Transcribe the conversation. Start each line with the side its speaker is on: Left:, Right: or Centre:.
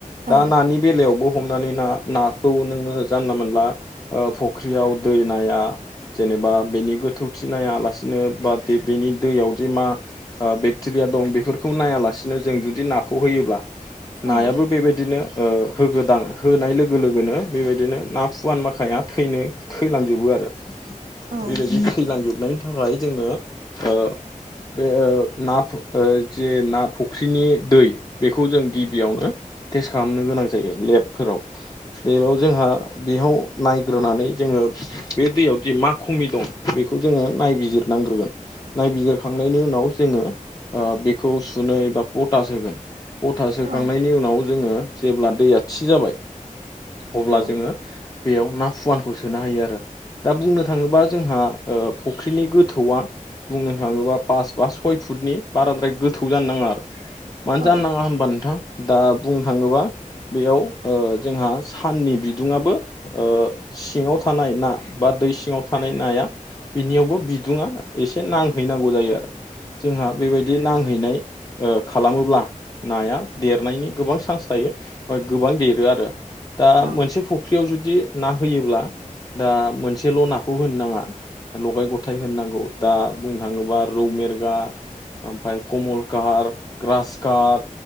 Right: औ
Left: दा नानि बेलायावबो हमनानै ना नाखौ नोङो जानला मोनला ओ फुख्रियाव दै नाया जेनेबा बेनि गोथौथि नायालासिनो बा बेनि दैयाव जे मा ओ बेक्टेरिया दं बेफोरखौ नायालासिनो जों जुदि नाखौ होयोब्ला
Right: औ
Left: नायाबो बेबायदिनो ओ होगदां होनाय लोगो लोगोनो बेबायदिनो ना फुवान माखाया थैनो थैलांजोबो आरो रो
Right: औ
Left: बेबायदि थैलांजोबनायनि थाखाय जोङो ओ बे ओ ना जे ना फुख्रिनि दै बेखौ जों गिबियावनो टेस्ट खालामनो गोनां जायो लेबफोराव लेबाव जोंहा बेयाव नायग्रोनानै जोङो ओ बे दैयावदि मा खमि दं बेखौ जोङो नायबिजिरनांग्रोगोन नायबिजिरखांनायनि उनाव जोङो बेखौ सुनै बा पटास होगोन पटास सोखांनायनि
Right: औ
Left: उनाव जोङो जेब्ला दैया थि जाबाय अब्ला
Right: औ
Left: जोङो बेयाव ना फुवानखौ सोनो हायो आरो दा बुंनो थाङोबा जोंहा फुख्रिनि गोथौआ बुंनो थाङोबा पास बा सय फुटनि बाराद्राय गोथौ जानो नाङा आरो मानो
Right: औ
Left: जानो नाङा होनबा नोंथां दा बुंनो थाङोबा बेयाव जोंहा साननि बिदुङाबो सिङाव थानाय ना बा दै सिङाव थानाय नाया बिनियावबो बिदुङा एसे नांहैनांगौ जायो आरो जोंहा बेबायदि नांहैनाय ओ खालामो अब्ला नाया देरनायनि गोबां चान्स थायो बा गोबां देरो आरो दा
Right: औ
Left: मोनसे फुख्रियाव जुदि ना होयोब्ला दा मोनसेल' नाखौ होनो नाङा लगाय गथाय होननांगौ दा बुंनो थाङोबा रौ मेरगा ओमफ्राय कमलकाट ग्रास काट